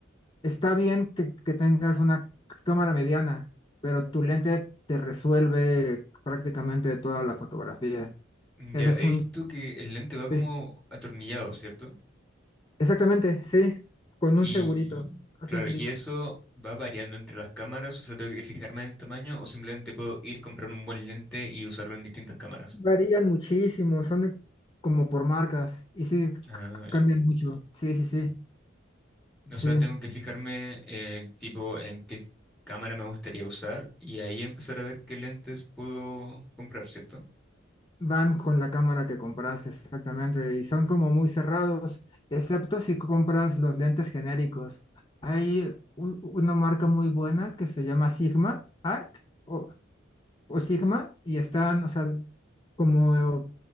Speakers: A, on the left; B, in the centre.
A: está bien que, que tengas una c- cámara mediana, pero tu lente te resuelve prácticamente toda la fotografía.
B: ya
A: Ese es
B: he
A: un...
B: visto que el lente va como
A: sí,
B: atornillado, ¿cierto?
A: Exactamente, sí, con
B: Y
A: un segurito. Hace
B: claro,
A: un clic.
B: y eso va variando entre las cámaras, o sea, tengo que fijarme en el tamaño o simplemente puedo ir comprar un buen lente y usarlo en distintas cámaras.
A: Varían muchísimo, son de- como por marcas y sí, c- c-
B: Ah,
A: cambian mucho. Sí, sí, sí,
B: O
A: sí.
B: sea, tengo que fijarme eh, tipo en qué cámara me gustaría usar y ahí empezar a ver qué lentes puedo comprar, ¿cierto?
A: Van con la cámara que compraste, exactamente, y son como muy cerrados, excepto si compras los lentes genéricos. Hay u- una marca muy buena que se llama Sigma Art o, o Sigma y están, o sea, como,